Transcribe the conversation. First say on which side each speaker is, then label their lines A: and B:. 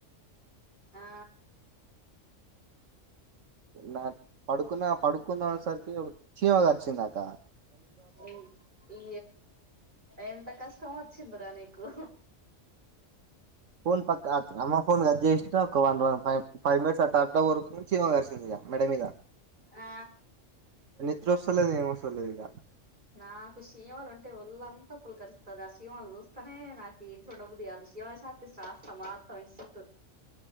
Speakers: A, on the right; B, on the right.
A: ఆ
B: నా పడుకున్న పడుకున్న సరికి క్షీమ గరిచిందాక
A: ఈ ఈ ఎంత కష్టం వచ్చిందిరా నీకు
B: ఫోన్ పక్క అమ్మ ఫోన్ గ్జస్త ఒక one one five five minutes అట్ట వరకు నుంచి చీమ కరిశింది మెడ మీద
A: ఆ
B: నిద్రొస్తలేదు ఏం ఓస్తలేదు ఇగ
A: నాకు శిమాలు ఉంటే ఒళ్ళంతా పులకరిస్తది ఆ శిమలు చూస్తనే నాకు ఇగ ఇంట్లో ఉండబుద్ధి కాదు శిమలా చాక్పీస్ రాస్తా మొత్తం ఇంటి సుట్టు